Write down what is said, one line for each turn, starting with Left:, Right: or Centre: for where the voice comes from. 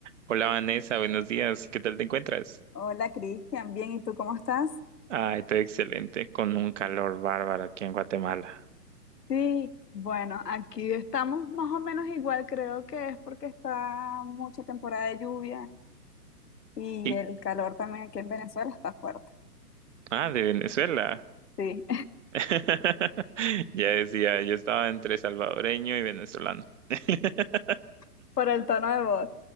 Right: Hola Vanessa, buenos días. ¿Qué tal te encuentras?
Left: Hola Cristian, bien, ¿y tú cómo estás?
Right: Ay, estoy excelente, con un calor bárbaro aquí en Guatemala.
Left: Sí, bueno, aquí estamos más o menos igual, creo que es porque está mucha temporada de lluvia y
Right: Y,
Left: el calor también aquí en Venezuela está fuerte.
Right: ah, de Venezuela.
Left: Sí,
Right: <laughs> Ya decía, yo estaba entre salvadoreño y venezolano. <laughs>
Left: <laughs> por el tono de voz.